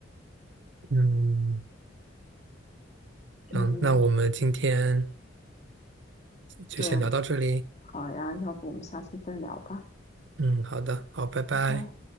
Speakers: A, on the right (about 70°); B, on the left (about 35°).
A: 嗯。
B: 嗯，
A: 嗯，那我们今天就先聊到这里。
B: 对，好呀，要不我们下次再聊吧，
A: 嗯，好的，好，拜拜。
B: 拜拜。